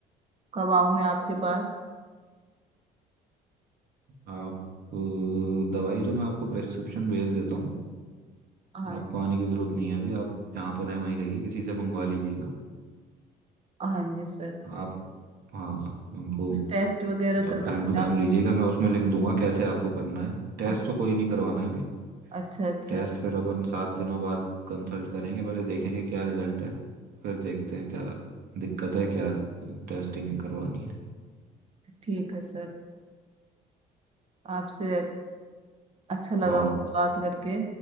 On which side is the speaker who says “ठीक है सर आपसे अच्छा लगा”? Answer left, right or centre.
Right